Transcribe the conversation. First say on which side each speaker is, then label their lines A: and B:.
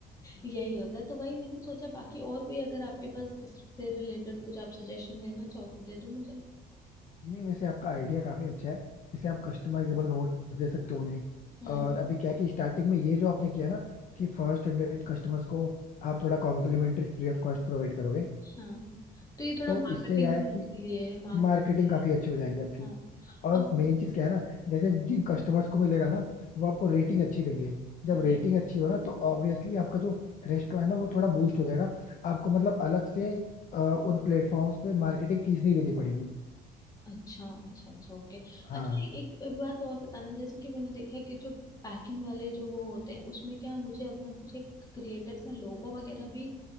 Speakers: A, on the left (about 20°); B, on the left (about 50°).
A: यही होता है तो वही मैंने सोचा बाकी और कोई अगर आपके पास इससे रिलेटेड कुछ आप सजेशन देना चाहो तो दे दो मुझे
B: नहीं वैसे आपका आइडिया काफी अच्छा है जैसे आप कस्टमाइजेबल नोट दे सकते हो उन्हें
A: हम्म
B: और अभी क्या है कि स्टार्टिंग में ये जो आपने किया ना कि फर्स्ट हंड्रेड कस्टमर्स को आप थोड़ा complimentary free of cost provide करोगे
A: हाँ तो ये थोड़ा
B: तो
A: मार्केटिंग
B: इससे यह है कि
A: के लिए मार्केटिंग
B: मार्केटिंग
A: के लिए
B: काफी अच्छी हो जाएगी आपकी
A: हाँ
B: और
A: और
B: मेन चीज क्या है ना जैसे जिन कस्टमर्स को मिलेगा ना वो आपको रेटिंग अच्छी देंगे जब
A: वो-
B: रेटिंग अच्छी हो ना तो ऑब्वियसली आपका जो रेस्टोरेंट है ना वो थोड़ा बूस्ट हो जाएगा आपको मतलब अलग से अ, उन प्लेटफॉर्म्स पे मार्केटिंग फीस नहीं देनी पड़ेगी
A: अच्छा अच्छा अच्छा ओके
B: हाँ
A: अच्छा एक, एक बात और बताना जैसे कि मैंने देखा है कि जो पैकिंग वाले जो वो होते हैं उसमें क्या मुझे अपना कुछ एक क्रिएटिव सा लोगो वगैरह भी